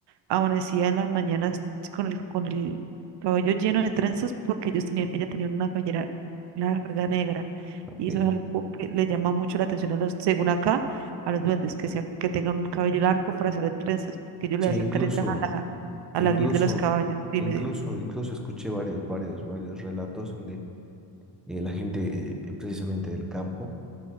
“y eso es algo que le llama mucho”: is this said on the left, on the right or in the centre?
Right